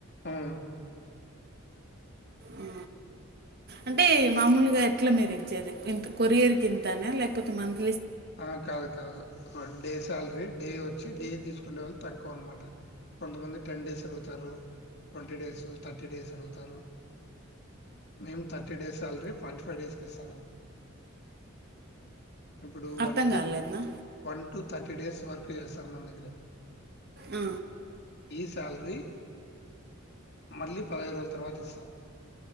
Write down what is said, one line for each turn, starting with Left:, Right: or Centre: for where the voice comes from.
Left: హ్మ్.
Right: ఆ అంటే మామూలుగా ఎట్లా మీరు ఇచ్చేది ఇంత కొరియర్ కి ఇంతనే లేకపోతే మంత
Left: ఆ కాదు కాదు ఆ డే స్యాల్రీ డే ఒచ్చి డే తీసుకుండే వాళ్ళు తక్కువ అన్మాట కొంతమంది టెన్ డేస్ అడుగుతారు ట్వంటీ డేస్ థట్టి డేస్ అడుగుతారు మేమ్ థట్టి డేస్ స్యాల్రీ ఫార్టీ ఫైవ్ డేస్కి ఇస్తనాన్ ఇప్పుడు
Right: అర్థం
Left: వన్ టు
Right: కాలేదునా
Left: వన్ టు థట్టి డేస్ వర్క్ జేస్తార్ మన్ దగ్గిర
Right: ఆ
Left: ఈ స్యాల్రీ మళ్ళీ పదైదు రోజుల తర్వాత ఇస్తా